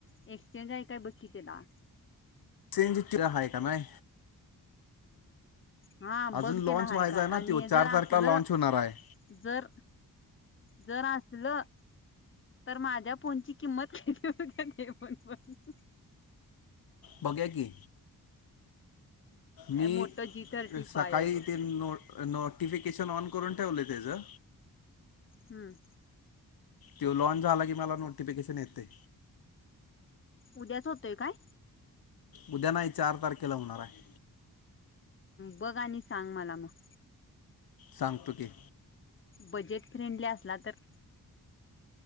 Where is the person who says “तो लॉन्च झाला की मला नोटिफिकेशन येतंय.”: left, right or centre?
Left